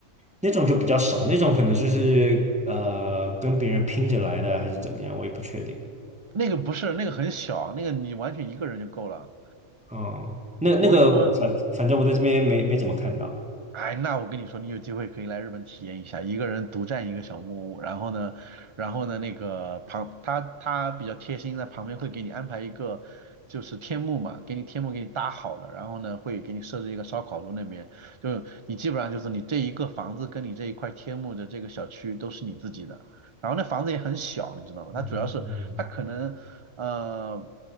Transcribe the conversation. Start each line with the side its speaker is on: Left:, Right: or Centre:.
Centre: 那种就比较少，那种可能就是呃跟别人拼着来的啊还是怎么样，我也不确定。
Right: 那个不是，那个很小，那个你完全一个人就够了。
Centre: 哦，那那个我反反正我在这边没没怎么看到。
Right: 我跟你说，哎，那我跟你说，你有机会可以来日本体验一下，一个人独占一个小木屋，然后呢，然后呢，那个旁他他比较贴心，在旁边会给你安排一个就是天幕嘛，给你天幕给你搭好了，然后呢会给你设置一个烧烤炉那边，就你基本上就是你这一个房子跟你这一块天幕的这个小区都是你自己的，然后那房子也很小，你知道吗？
Centre: 嗯哼嗯
Right: 它主要是它可能呃